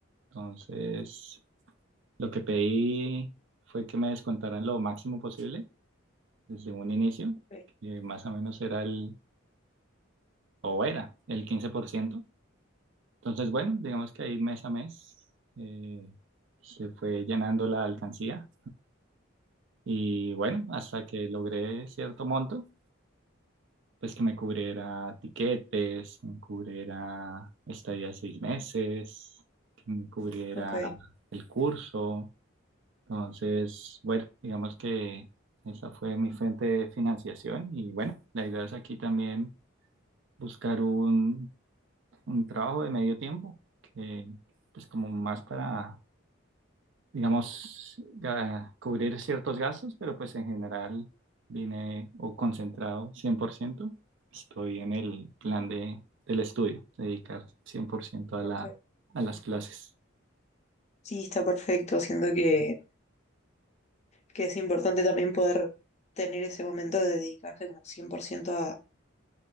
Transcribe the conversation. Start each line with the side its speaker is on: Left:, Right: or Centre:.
Right: Entonces, lo que pedí fue que me descontaran lo máximo posible desde un inicio,
Left: Ok,
Right: que más o menos era el, o era el 15%. Entonces, bueno, digamos que ahí mes a mes eh, se fue llenando la alcancía y bueno, hasta que logré cierto monto, pues que me cubriera tiquetes, que me cubriera estadía de seis meses, que me cubriera
Left: ok.
Right: el curso. Entonces, bueno, digamos que esa fue mi fuente de financiación y bueno, la idea es aquí también buscar un, un trabajo de medio tiempo que pues como más para digamos, ga- cubrir ciertos gastos, pero pues en general vine o concentrado cien por ciento Estoy en el plan de, del estudio, dedicar 100% a la,
Left: ok.
Right: a las clases.
Left: Sí, está perfecto. Siento que, que es importante también poder tener ese momento de dedicarse como 100%